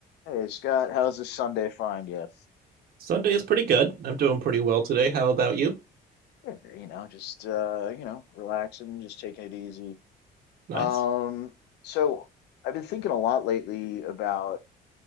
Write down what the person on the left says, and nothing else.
Hey Scott, how's this Sunday find you?
Yeah, You know, just uh, you know, relaxing, just taking it easy.
Um, so I've been thinking a lot lately about